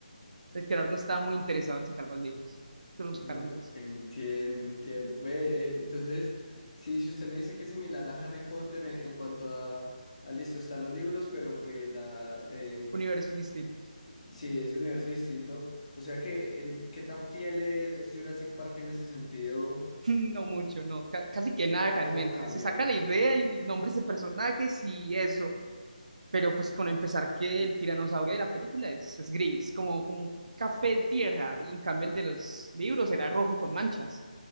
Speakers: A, on the right (about 60°); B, on the left (about 55°).
A: El creador no estaba muy interesado en sacar más libros, solo
B: Mm,
A: sacaron dos,
B: entiendo, entiendo. Ve, eh, entonces, sí, si usted me dice que es similar a Harry Potter en, en cuanto a, a listo, están los libros, pero pues la eh,
A: universos distintos. <laughs>
B: sí es un universo distinto. O sea que en- qué tan fiel es, es Jurassic Park en ese sentido,
A: No mucho, no, ca- casi que nada
B: o
A: realmente.
B: todo cambia.
A: Se saca la idea y nombres de personajes y eso, pero pues con empezar que el tiranosaurio de la película es, es gris, como, como un café de tierra, y en cambio el de los libros era rojo con manchas,